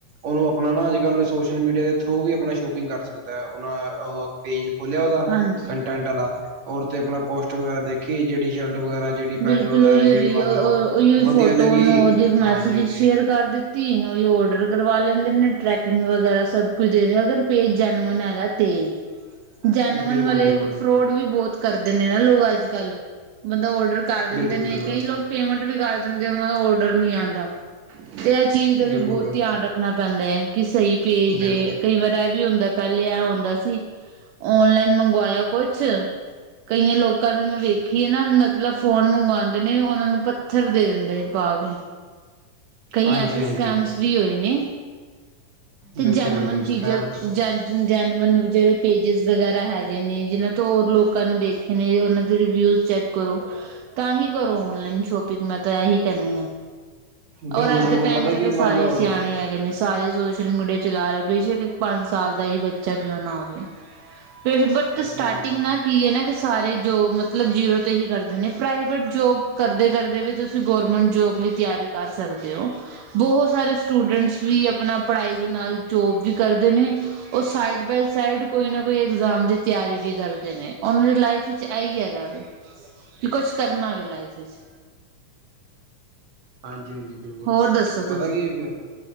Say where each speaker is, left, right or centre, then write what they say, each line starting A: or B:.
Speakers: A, on the right (about 55°); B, on the right (about 80°).
A: ਉਨੂੰ ਅਪਣਾ ਨਾ ਅੱਜ-ਕੱਲ ਸੋਸ਼ਲ ਮੀਡੀਆ ਦੇ ਥਰੂ ਵੀ ਅਪਣਾ ਸ਼ੋਪਿੰਗ ਕਰ ਸਕਦਾ ਐ ਅਪਣਾ ਓ ਪੇਜ ਖੋਲਿਆ ਉਹਦਾ
B: ਹਾਂਜੀ।
A: ਕੰਟੈਂਟ ਆਲਾ ਔਰ ਤੇ ਆਪਣਾ ਪੋਸਟ ਵਗੈਰਾ ਦੇਖੀ ਜਿਹੜੀ ਸ਼ਰਟ ਵਗੈਰਾ। ਜਿਹੜੀ ਪੈਂਟ
B: ਬਿਲਕੁਲ
A: ਵਗੈਰਾ
B: ਉਈਓ
A: ਜਿਹੜੀ
B: ਰੀ
A: ਮੰਨ
B: ਅ ਅਰ
A: ਲਓ
B: ਉਈਓ
A: ਵਧੀਆ
B: ਫੋਟੋ
A: ਲੱਗੀ
B: ਉ ਨੂੰ ਉਹਦੇ ਮੈਸੇਜ
A: ਹਾਂਜੀ ਹਾਂਜੀ
B: ਸ਼ੇਅਰ ਕਰ ਦਿੱਤ ਤੀ ਹੋਈਓ ਔਡਰ ਕਰਵਾ ਲੈਂਦੇ ਨੇ ਟਰੈਕਿੰਗ ਵਗੈਰਾ ਸਭ ਕੁਛ ਦੇ ਅਗਰ ਪੇਜ ਜੈਨੁਅਨ ਹੈਗਾ ਤੇ।
A: <inaudible>
B: ਜੈਨਮਨ
A: ਬਿਲਕੁਲ
B: ਵਾਲੇ,
A: ਬਿਲਕੁਲ
B: ਫਰੋਡ ਵੀ ਬੋਅਤ ਕਰਦੇ ਨੇ ਨਾ ਲੋਕ ਅੱਜ-ਕੱਲ, ਬੰਦਾ ਔਡਰ ਕਰ ਦਿੰਦੇ
A: ਬਿਲਕੁਲ
B: ਨੇ,
A: ਬਿਲਕੁਲ
B: ਕਈ ਲੋਕ ਪੇਮੈਂਟ ਵੀ ਕਰ ਦਿੰਦੇ ਉਹਨਾਂ ਦਾ ਔਡਰ ਨੀ ਆਂਦਾ। ਤੇ ਇਹ ਚੀਜ਼ ਦਾ
A: ਬਿਲਕੁਲ
B: ਵੀ ਬਹੁਤ ਧਿਆਨ ਰੱਖਣਾ ਪੈਂਦਾ ਐ ਕਿ ਸਹੀ ਪੇਜ
A: ਬਿਲਕੁਲ
B: ਏ ਕਈ ਵਾਰ ਇਹ ਵੀ ਹੁੰਦਾ ਪਹਿਲੇ ਐ ਹੁੰਦਾ ਸੀ, ਓਨਲਾਈਨ ਮੰਗਵਾਇਆ ਕੁਛ ਕਈਆਂ ਲੋਕਾਂ ਨੂੰ ਮੈਂ ਵੇਖੀਏ ਨਾ ਮਤਲਬ ਫੋਨ ਮੰਗਵਾਂਦੇ ਨੇ ਉਹਨਾਂ ਨੂੰ ਪੱਥਰ ਦੇ ਡੇ ਪਾ ਕੇ ਕਈ
A: ਹਾਂਜੀ-ਹਾਂਜੀ,
B: ਐਸੇ ਸਕੈਮਸ ਵੀ ਹੋਏ ਨੇ, ਤੇ
A: ਬਿਲਕੁਲ-ਬਿਲਕੁਲ
B: ਜੈਨੁਅਨ ਚੀਜ਼ਾਂ
A: ਸਕੈਮਸ
B: ਜ ਜੈਨੁਅਨ ਜਿਹੜੇ ਪੇਜਿਸ ਵਗੈਰਾ ਹੈਗੇ ਨੇ ਜਿਨ੍ਹਾਂ ਤੋਂ ਹੋਰ ਲੋਕਾਂ ਨੇ ਦੇਖ ਏ ਨੇ ਉਹਨਾਂ ਦੇ ਰਿਵਿਊਜ਼ ਚੈੱਕ ਕਰੋ ਤਾਂ ਹੀ ਕਰੋ ਔਨਲਾਈਨ ਸ਼ੋਪਿੰਗ ਮੈਂ ਤਾਂ ਇਹੀ ਕਹਿਨੀ ਆ।
A: ਬਿਲਕੁਲ-ਬਿਲਕੁਲ
B: ਔਰ ਅੱਜ ਦੇ ਟਾਈਮ
A: ਪਤਾ
B: ਤੇ
A: ਕੀ
B: ਤਾਂ ਸਾਰੇ
A: ਮੰਨ ਲਓ
B: ਈ
A: ਬਿਲਕੁਲ-ਬਿਲਕੁਲ,
B: ਸਿਆਣੇ ਹੈਗੇ ਨੇ। ਸਾਰੇ ਸੋਸ਼ਲ ਮੀਡੀਆ ਚਲਾ ਰੇ ਬੇਸ਼ੱਕ ਇੱਕ ਪੰਜ ਸਾਲ ਦਾ ਹੀ ਬੱਚਾ ਕਿਉਂ ਨਾ ਹੋਵੇ। ਬਟ ਸਟਾਰਟਿੰਗ
A: ਹਾਂਜੀ-ਹਾਂਜੀ ਬਿਲਕੁਲ
B: ਨਾ ਕੀ ਏ ਨਾ ਕਿ ਸਾਰੇ ਜੋ ਮਤਲਬ ਜੀਰੋ ਤੇ ਹੀ ਕਰਦੇ ਨੇ ਪ੍ਰਾਈਵੇਟ ਜੋਬ ਕਰਦੇ-ਕਰਦੇ ਵੀ ਤੁਸੀਂ ਗੌਰਮੈਂਟ ਜੋਬ ਲਈ ਤਿਆਰੀ ਕਰ ਸਕਦੇ ਓ ਬਹੁਤ ਸਾਰੇ ਸਟੂਡੈਂਟਸ ਵੀ ਆਪਣਾ ਪੜ੍ਹਾਈ ਦੇ ਨਾਲ ਜੋਬ ਵੀ ਕਰਦੇ ਨੇ ਉਹ ਸਾਈਡ ਬਾਏ ਸਾਈਡ ਕੋਈ ਨਾ ਕੋਈ ਐਗਜ਼ਾਮ ਦੀ ਤਿਆਰੀ ਵੀ ਕਰ ਦੇ ਨੇ ਉਹਨਾਂ ਦੀ ਲਾਈਫ ਵਿੱਚ ਇਹ ਈ ਹੈਗਾ ਵੇ, ਕਿ ਕੁਛ ਕਰਨਾ ਵੀ ਲਾਈਫ ਵਿੱਚ।
A: ਹਾਂਜੀ-ਹਾਂਜੀ, ਬਿਲਕੁਲ
B: ਹੋਰ ਦੱਸੋ ਤੁਸੀਂ?
A: ਪਤਾ ਕੀ